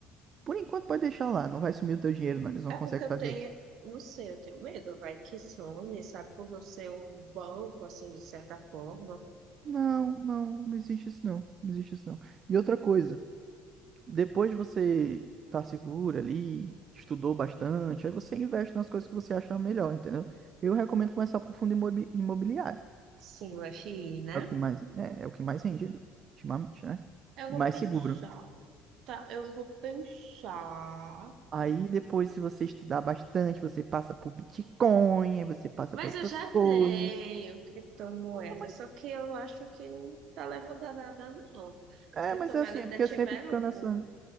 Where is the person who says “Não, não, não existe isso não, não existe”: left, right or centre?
Right